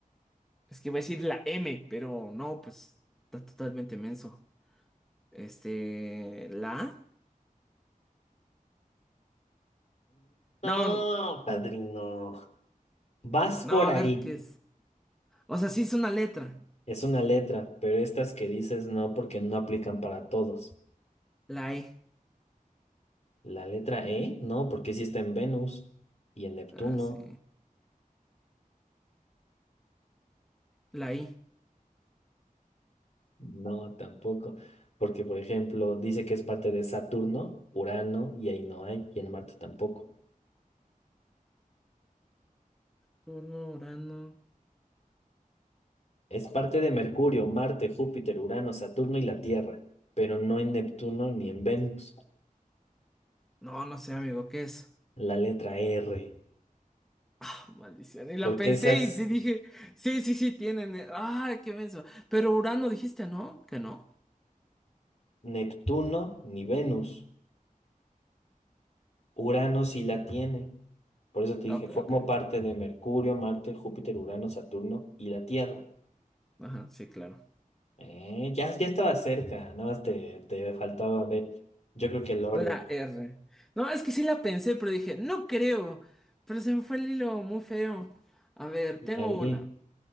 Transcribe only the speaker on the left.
No,
padrino. Vas
por
ahí.
Es una letra, pero estas que dices no porque no aplican para todos.
La letra E, no, porque sí está en Venus y en Neptuno,
no, tampoco. Porque, por ejemplo, dice que es parte de Saturno, Urano, y ahí no hay, y en Marte tampoco.
Es parte de Mercurio, Marte, Júpiter, Urano, Saturno y la Tierra, pero no en Neptuno ni en Venus.
La letra R,
porque
esas
Neptuno ni Venus. Urano sí la tiene. Por eso te
dije, formo
parte de Mercurio, Marte, Júpiter, Urano, Saturno y la Tierra.
Eh, ya, ya estaba cerca, nada más te, te faltaba ver. Yo creo que el orden.
Ya
vi.